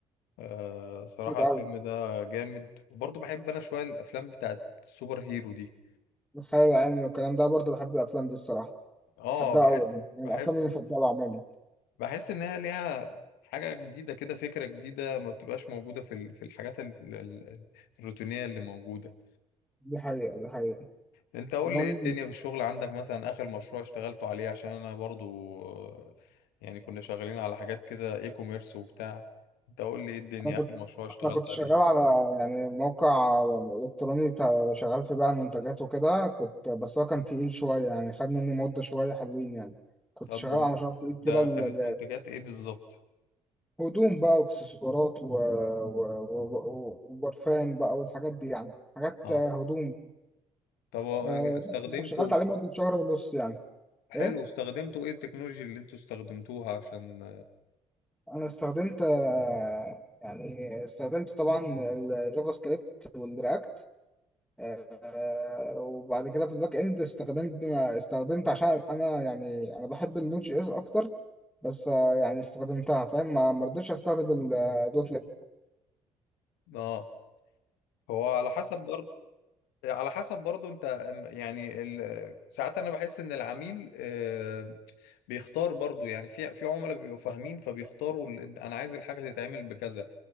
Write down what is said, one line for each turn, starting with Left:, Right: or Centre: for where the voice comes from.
Left: أه صراحه
Centre: كده
Left: الفيلم
Centre: أوي
Left: ده جامد وبرضه بحب انا شويه الافلام بتاعت السوبر هيرو دي
Centre: الخيال العلمي والكلام ده برضه بحب الأفلام دي الصراحة
Left: اه
Centre: بحبها
Left: بحس
Centre: أوي يعني من الأفلام
Left: بحب
Centre: المفضلة عموما
Left: بحس ان هي ليها حاجه جديده كده فكره جديده ما بتبقاش موجوده في ال- في الحاجات ال- ال- الروتينيه اللي موجوده
Centre: دي حقيقة دي حقيقة
Left: انت قول
Centre: كمان
Left: لي ايه الدنيا في الشغل عندك مثلا اخر مشروع اشتغلته عليه عشان انا برضو آه، يعني كنا شغالين على حاجات كده اي كوميرس وبتاع انت قول لي ايه الدنيا
Centre: أنا
Left: اخر مشروع اشتغلت
Centre: انا كنت شغال
Left: عليه
Centre: على يعني موقع الكتروني تا- شغال في بيع منتجات وكده كنت بس هو كان تقيل شويه يعني خد مني مده شويه حلوين يعني كنت
Left: طب
Centre: شغال
Left: ده
Centre: على مشروع تقيل
Left: ده
Centre: كده ال-
Left: كانت
Centre: ال-
Left: منتجات ايه بالظبط
Centre: هدوم بقى واكسسوارات و... و... و... و... وبرفان بقى والحاجات دي يعني حاجات
Left: اه
Centre: آه، هدوم
Left: طب
Centre: آه،
Left: استخدمته
Centre: بس أنا شغلت عليه مده شهر ونص يعني
Left: حلو
Centre: ايه
Left: استخدمتوا ايه التكنولوجيا اللي انتوا استخدمتوها عشان
Centre: انا استخدمت آه، يعني استخدمت طبعا الجافا سكريبت والرياكت آه، وبعد كده في الباك اند استخدمت استخدمت عشان انا يعني انا بحب النوت جي اس اكتر بس آه، يعني استخدمتها فاهم ما ما رضيتش استخدم الدوت نت
Left: اه هو على حسب برضه على حسب برضو انت ام- يعني ال- ساعات انا بحس ان العميل آه، بيختار برضو يعني في في عملاء بيبقوا فاهمين فبيختاروا ال- انا عايز الحاجه تتعمل بكذا